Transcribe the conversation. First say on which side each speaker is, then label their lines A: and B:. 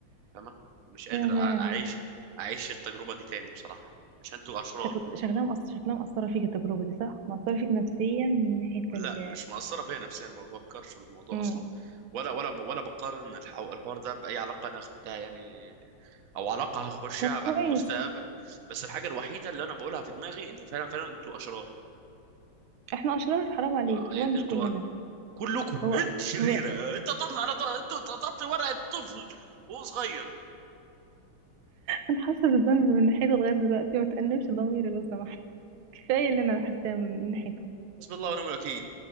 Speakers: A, on the right; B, on the right.
A: فاهمة مش قادر
B: يا
A: أ-
B: لهوي
A: أعيش أعيش التجربة دي تاني بصراحة عشان انتوا أشرار
B: شكل شكلها مأثر شكلها مأثرة فيك التجربة دي صح؟ مأثرة فيك نفسيا من ناحية ال
A: لا مش مأثرة فيا نفسيا ما بفكرش بالموضوع
B: مم.
A: أصلا ولا ولا ولا بقارن الحو- الحوار ده بأي علاقة أنا أخدتها يعني أو علاقة هخشها
B: طب كويس
A: بعد المستقبل بس الحاجة الوحيدة اللي أنا بقولها في دماغي إن فعلا فعلا انتوا أشرار
B: احنا اشرار حرام عليك
A: آه، إيه،
B: والله مش
A: انتوا
B: كلنا
A: كلكم
B: هو
A: انت شريرة
B: هو
A: آه، انت تطلع على ط- انتوا تقطعت ورقة طفل وهو صغير
B: انا حاسه بالذنب من ناحيته لغايه دلوقتي ما تأنبش ضميري لو سمحت <laughs> كفايه اللي انا حاساه من ناحيته
A: بسم الله ونعم الوكيل